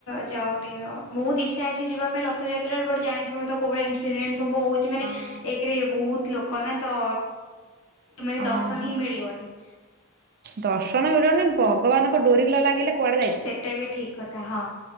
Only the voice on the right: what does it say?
ହଁ
ଓହୋ
ଦର୍ଶନ ମିଳିବନି ଭଗବାନଙ୍କ ଡୋରିନ ନ ଲାଗିଲେ କୁଆଡେ